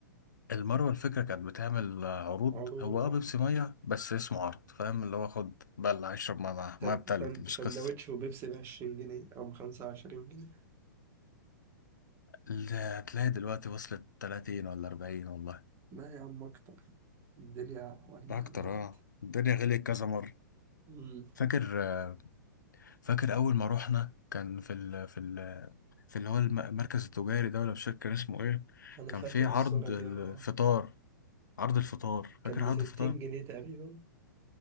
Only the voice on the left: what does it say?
المروه الفكره كانت بتعمل آه، عروض
هو اه بيبسي ميه بس اسمه عرض فاهم اللي هو خد بقى اللي هيشرب ميه معاه
ميه بتلج
مش
قصه
اللي هتلاقي دلوقتي وصلت 30 ولا 40 والله
ده اكتر
اه الدنيا غليت كذا مره
فاكر آه، فاكر اول ما روحنا كان في ال في ال في اللي هو الم- المركز التجاري ده ولا مش فاكر كان اسمه ايه
كان
في عرض
الفطار
عرض الفطار
فاكر
عرض الفطار